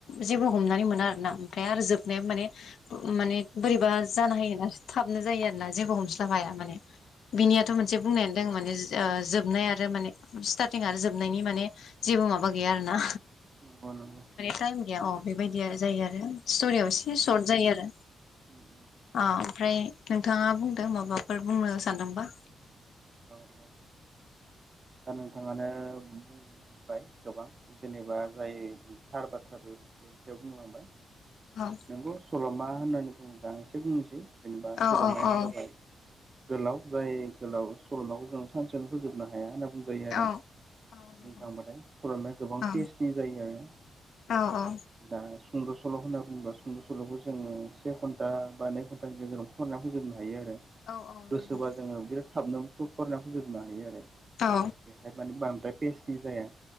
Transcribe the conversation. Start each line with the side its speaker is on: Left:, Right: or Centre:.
Left: जेबो हमनानै मोना आरो ना ओमफ्राय आरो जोबनाया माने माने बोरैबा जानो हायो ना थाबनो जायो आरोना जेबो हमस्लाब हाया माने बिनियाथ' मोनसे बुंनायानो दङ माने जोबनाय आरो माने स्टार्टिं आरो जोबनायनि माने जेबो माबा गैया आरो ना।
Right: नंगौ नंगौ।
Left: टाइम गैया अ बेबायदिया जायो आरो स्ट'रियाव एसे सर्ट जायो आरो।
Right: उम उ <inaudible>
Left: अ ओमफ्राय नोंथाङा बुंदों माबाफोर बुंनो सानदोंबा?
Right: औ औ दा नोंथाङानो बुं बुंबाय गोबां जेनेबा जाय थार बाथ्रा बे बेनि सायाव बुंलांबाय।
Left: औ।
Right: नोंगौ सल'मा होननानै बुङोब्ला आं एसे बुंनोसै जेनेबा
Left: औ
Right: सल'माया
Left: औ
Right: जाबाय गोलाव जाय गोलाव सल'माखौ जों सानसेयावनो फोजोबनो हाया होनना बुंजायो आरो।
Left: औ औ नंगौ
Right: बुंनो थांबाथाय सल'माया गोबां
Left: औ
Right: पेेजनि जायो आरो।
Left: औ औ।
Right: दा सुंद' सल' होनना बुङोबा सुंद' सल'खौ जोङो से घन्टा बा नै घन्टानि गेजेराव फरायनायखौ जोबनो हायो आरो
Left: औ औ नंगौ
Right: गोसोबा जोङो बिराद थाबनो फरायनायखौ जोबनो हायो आरो।
Left: औ।
Right: बेहाय माने बांद्राय पेस्नि जाया।